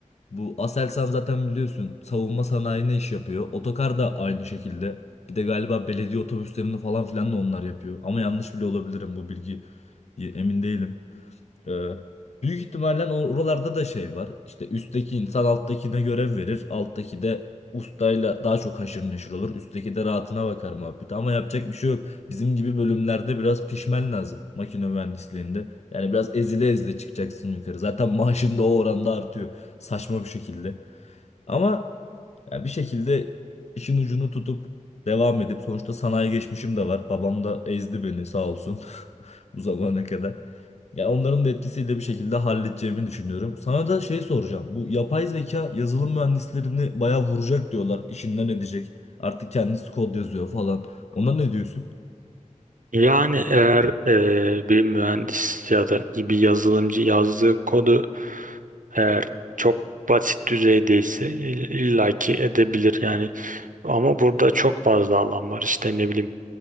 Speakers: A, on the left; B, on the right.
A: Bu Aselsan zaten biliyorsun savunma sanayi ne iş yapıyor. Otokar da aynı şekilde. Bir de galiba belediye otobüslerini falan filan da onlar yapıyor. Ama yanlış bile olabilirim bu bilgi emin değilim. Ee, büyük ihtimalle oralarda da şey var. İşte üstteki insan alttakine görev verir. Alttaki de ustayla daha çok haşır neşir olur. Üstteki de rahatına bakar muhabbeti. Ama yapacak bir şey yok. Bizim gibi bölümlerde biraz pişmen lazım. Makine mühendisliğinde. Yani biraz ezile ezile çıkacaksın yukarı. Zaten maaşın da o oranda artıyor. Saçma bir şekilde. Ama yani bir şekilde işin ucunu tutup devam edip sonuçta sanayi geçmişim de var. Babam da ezdi beni sağ olsun <laughs> bu zamana kadar. Ya onların da etkisiyle bir şekilde halledeceğimi düşünüyorum. Sana da şey soracağım. Bu yapay zeka yazılım mühendislerini bayağı vuracak diyorlar. İşinden edecek. Artık kendisi kod yazıyor falan. Ona ne diyorsun?
B: Yani eğer e, bir mühendis ya da bir yazılımcı yazdığı kodu eğer çok basit düzeydeyse ill- illaki edebilir yani. Ama burada çok fazla alan var işte ne bileyim